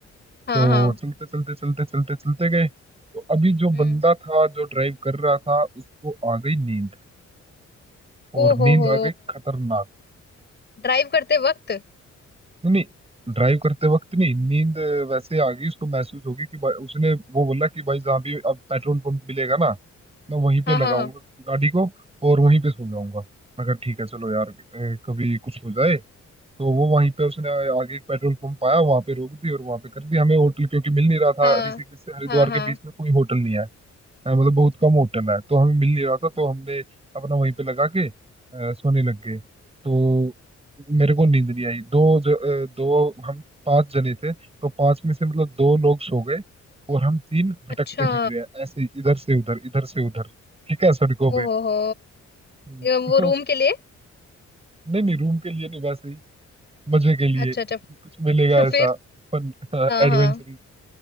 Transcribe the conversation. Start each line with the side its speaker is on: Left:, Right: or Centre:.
Left: हाँ
Right: तो
Left: हाँ
Right: चलते चलते चलते चलते चलते गए तो अभी जो
Left: हम्म
Right: बंदा था जो ड्राइव कर रहा था उसको आ गई नींद
Left: ओ
Right: और
Left: हो
Right: नींद
Left: हो
Right: आ गई खतरनाक
Left: ड्राइव करते वक्त
Right: नहीं नहीं ड्राइव करते वक्त नहीं नींद वैसे आ गई उसको महसूस होगी कि भाई उसने वो बोला कि भाई जहाँ भी अब पेट्रोल पंप मिलेगा ना मैं वहीं पे
Left: हाँ
Right: लगाऊंगा
Left: हाँ
Right: गाड़ी को और वहीं पे सो जाऊंगा मैं कहा ठीक है चलो यार अ, कभी कुछ हो जाए तो वो वहीं पे उसने आगे एक पेट्रोल पंप आया वहां पे रोक दी और वहां पे कर दी हमें होटल क्योंकि मिल नहीं रहा था
Left: हाँ
Right: ऋषिकेश से हरिद्वार
Left: हाँ हाँ
Right: के बीच में कोई होटल नहीं है हाँ, मतलब बहुत कम होटल है तो हमें मिल नहीं रहा था तो हमने अपना वहीं पे लगा के अ, सोने लग गए तो मेरे को नींद नहीं आई दो ज, अ, दो हम पांच जने थे तो पांच में से मतलब दो लोग सो गए और हम तीन भटकते
Left: अच्छा
Right: फिर रहे हैं ऐसे ही इधर से उधर इधर से उधर ठीक है सड़कों पे
Left: ओ हो हो
Right: हम्म,
Left: ये वो
Right: तो
Left: रूम के लिए
Right: नहीं नहीं रूम के लिए नहीं वैसे ही मजे के लिए
Left: अच्छा
Right: कि
Left: अच्छा
Right: कुछ मिलेगा
Left: <laughs>
Right: ऐसा
Left: फिर
Right: फन
Left: हाँ
Right: एडवेंचर
Left: हाँ